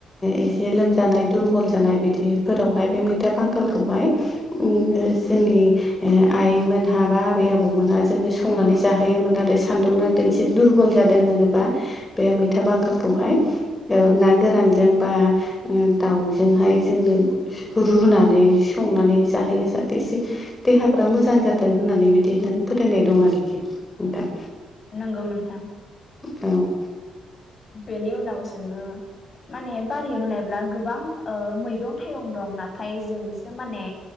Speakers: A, on the left; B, on the left.
A: एसे लोमजानाय दुरबल जानाय बिदिफोरावहाय बे मैथा बांगालखौहाय ओ जोंनि आइमोनहा बा आबै आबौमोनहा जोङो संनानै जाहोयोमोन आरो सान्दुं नांदों ए दुरबल जादों होनोबा बे मैथा बांगालखौहाय औ ना गोरानजों बा दाउजोंहाय जोंनो रुनानै संनानै जाहोयो जाहाथे इसे देहाफोरा मोजां जाथों होननानै बिदि होननानै फोथायनाय दं आरोखि नोंथां।
B: नंगौ नोंथां।
A: औ।
B: बेनि उनाव जोङो माने बारियाव लुनायब्ला गोबां मैगं थाइगं दं नाथाय जोंसो माने